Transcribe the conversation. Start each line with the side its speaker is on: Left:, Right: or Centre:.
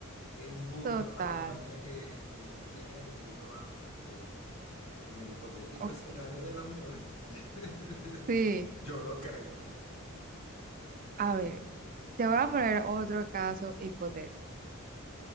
Left: en junto
Right: total.
Left: a la compañía que, que uno quiere y que uno ama, porque, bueno, en el hipotético
Right: ok,
Left: escenario del amor, <laughs>
Right: Sí,
Left: yo lo creo.
Right: a ver, te voy a poner otro caso hipotético.